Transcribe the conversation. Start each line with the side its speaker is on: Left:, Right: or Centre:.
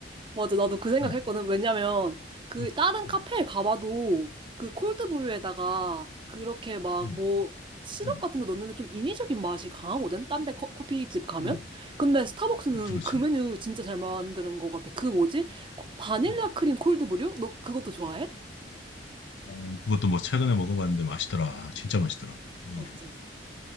Right: 맞아, 나도 그 생각
Left: 응.
Right: 했거든. 왜냐면, 그,
Left: 응.
Right: 다른
Left: 응.
Right: 카페에 가봐도, 그 콜드브루에다가, 그렇게 막,
Left: 응. 응.
Right: 뭐, 시럽
Left: 응,
Right: 같은 거 넣는데 좀 인위적인 맛이 강하거든? 딴데 커피집 가면?
Left: 응.
Right: 근데 스타벅스는
Left: 그렇지, 그렇지.
Right: 그 메뉴 진짜 잘 만드는 것 같아. 그 뭐지? 코- 바닐라
Left: 응.
Right: 크림 콜드브루? 너 그것도 좋아해?
Left: 어, 그것도 뭐 최근에 먹어봤는데 맛있더라. 진짜 맛있더라. 응.
Right: 맞지?